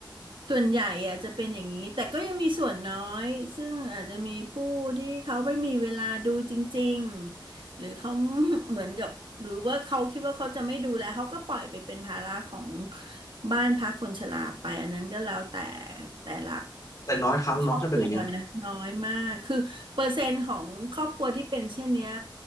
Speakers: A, on the right (about 80°); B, on the left (about 45°).
A: ส่วนใหญ่อะจะเป็นอย่างนี้แต่ก็ยังมีส่วนน้อยซึ่งอาจจะมีผู้ที่เขาไม่มีเวลาดูจริงๆหรือเขา <laughs> เหมือนกับหรือว่าเขาคิดว่าเขาจะไม่ดูแลเขาก็ปล่อยไปเป็นภาระของบ้านพักคนชราไปอันนั้นก็แล้วแต่แต่ละ
B: แต่น้อยครั้งเนาะถ้าเป็นอย่างเงี้ย
A: ครอบครัวนะน้อยมากคือเปอร์เซ็นต์ของครอบครัวที่เป็นเช่นเนี้ย